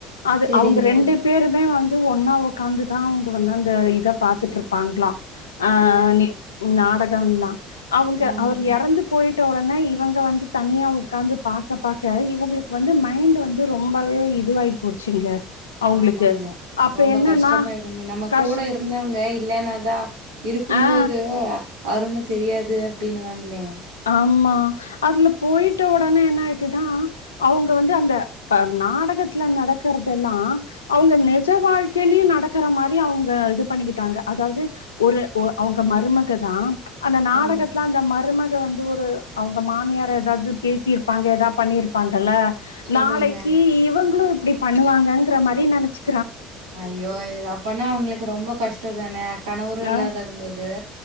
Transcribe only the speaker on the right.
சரிங்க
ஓ
ஆமாங்க
ஆமாங்க
ரொம்ப
கஷ்டமாய்டுங்க நம்ம
கூட இருந்தவங்க இல்லென்னதா இருக்கும்போது
அரும தெரியாது அப்டீனு வாங்ளே
ஆமாங்க.
ஆமாங்க.
ஐயோ இ அப்பனா அவ்ங்களுக்கு ரொம்ப கஷ் டோதான கணவரு யில்லாதாகும்போது